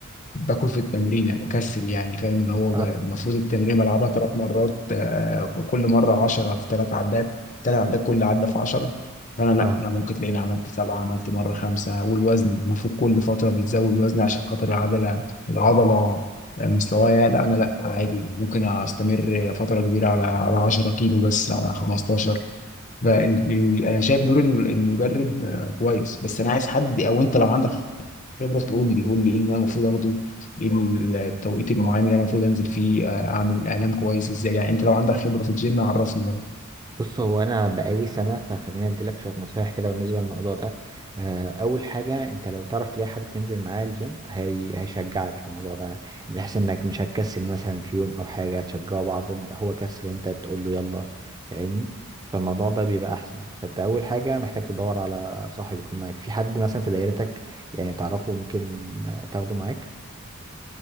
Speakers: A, on the left; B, on the right.
A: باكل في التمرين يعني بكسل يعني فاهم اللي هو ب-
B: آه،
A: المفروض التمرين بلعبها ثلاث مرات آه، كل مره 10 في ثلاث عدات ثلاث عدات كل عده في 10 فانا لا
B: اه
A: انا ممكن تلاقيني عملت سبعه عملت مره خمسه والوزن المفروض كل فتره بتزود وزن عشان خاطر العضله العضله آه، مستواها لا انا لا عادي ممكن استمر فتره كبيره على على 10 كيلو بس على 15 فانا شايف دور الم- المدرب آه، كويس بس انا عايز حد او انت لو عندك خبرة تقول لي قول لي ايه اللي انا المفروض اخده ايه ال- التوقيت المعين اللي انا المفروض انزل فيه آه، اعمل انام كويس ازاي يعني انت لو عندك خبرة في الجيم عرفني برضه
B: بص هو انا بقالي سنه فخليني اديلك شويه نصايح كده بالنسبه للموضوع ده آه، اول حاجه انت لو تعرف تلاقي حد تنزل معاه الجيم هي... هيشجعك الموضوع ده بحيث انك مش هتكسل مثلا في يوم او حاجه تشجعوا بعض إن هو كسل انت تقول له يلا فاهمني فالموضوع ده بيبقى احسن فانت اول حاجه محتاج تدور على صاحب يكون معاك في حد مثلا في دايرتك يعني تعرفه ممكن آه، تاخده معاك